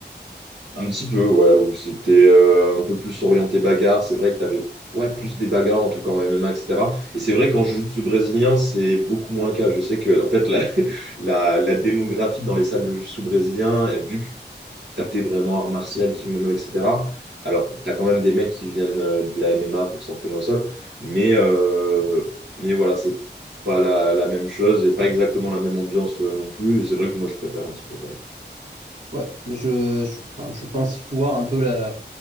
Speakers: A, on the right; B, on the right.
A: Un petit peu, ouais, où c'était euh, un peu plus orienté bagarre. C'est vrai que tu avais ouais, plus des bagarres, en tout cas en MMA, etc. Et cetera. Et c'est vrai qu'en jiu-jitsu brésilien, c'est beaucoup moins le cas. Je sais que, en fait, la, <laughs> la, la démographie dans les salles de jiu-jitsu brésilien, vu que tu tapais vraiment art martial, kimono, etc., alors t'as quand même des mecs qui viennent euh, de la MMA pour s'entraîner au sol, mais, euh, mais voilà, c'est pas la, la même chose et pas exactement la même ambiance euh, non plus. Et c'est vrai que moi, je préfère un petit peu quand même.
B: Ouais. Mais je, je, enfin, je pense voir un peu la,